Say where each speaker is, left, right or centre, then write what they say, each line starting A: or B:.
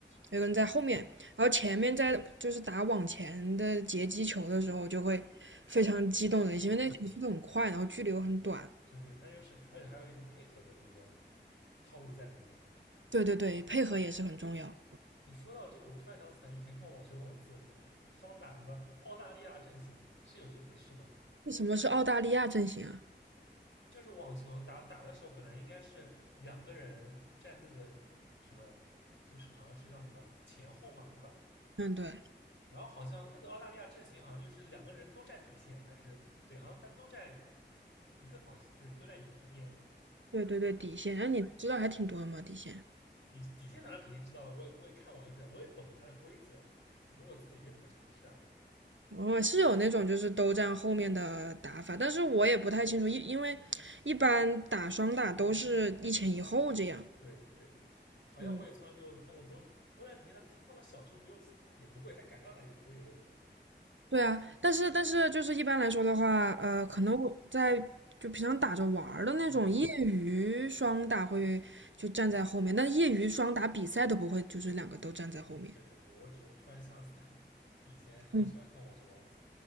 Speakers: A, on the right (about 90°); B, on the left (about 85°).
A: 有一个人在后面，然后前面在就是打往前的截击球的时候就会非常激动人心，
B: 哦，
A: 因为那个球速度很快，然后距离又很短，
B: 对对，它就是，而且还有一个配合的这个套路在里面，
A: 对对对，配合也是很重要。
B: 你说到这个，我突然想起来，以前看《网球王子》，双打什么澳大利亚阵型是有这回事吗？
A: 那什么是澳大利亚阵型啊？
B: 就是网球打打的时候，本来应该是两个人站那个什么，就是好像是叫什么前后嘛，对吧？
A: 嗯，对，
B: 然后好像那个澳大利亚阵型好像就是两个人都占底线，还是对，好像反正都站一个方向，就是都站一一边。
A: 对对对，底线。哎，你知道还挺多的嘛，底线。
B: 底底线当然肯定知道了，我我也看网球比赛，我也懂它的规则，只不过我自己没怎么尝试而已。
A: 我是有那种就是都站后面的打法，但是我也不太清楚，因因为一般打双打都是一前一后这样。
B: 对对，好像我也从来没有看过都都在底下，
A: 嗯，
B: 他他放个小球不就死也不会，他赶上来也不会有问题。
A: 对啊，但是但是就是一般来说的话，呃，可能我在就平常打着玩儿的那种业余双打会就站在后面，
B: 嗯
A: 但业余双打比赛都不会，就是两个都站在后面。
B: 嗯，对对对，我只是突然想起来，以前很喜欢看《网球王子》，
A: 嗯